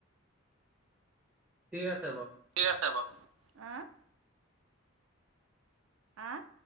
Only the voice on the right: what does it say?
ব উম আহ